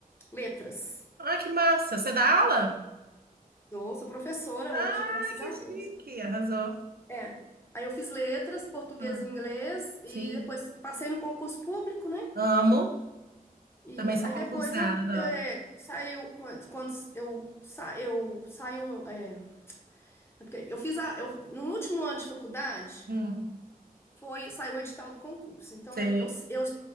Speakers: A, on the left; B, on the right.
A: letras.
B: Ah, que massa. Você dá aula?
A: Sou, sou professora
B: Ah,
A: hoje, graças
B: que
A: a
B: chique.
A: Deus.
B: Arrasou.
A: É. Aí eu fiz letras, português
B: Ah,
A: e inglês e
B: sim.
A: depois passei no concurso público, né?
B: Amo.
A: E
B: Também sou
A: aí
B: concursada,
A: depois eu,
B: adoro.
A: eu, é, saiu quando quando eu sa, eu saiu é, é porque eu fiz a, eu, no último ano de faculdade
B: Hum,
A: Foi, saiu o edital do concurso. Então,
B: sei.
A: eu, eu,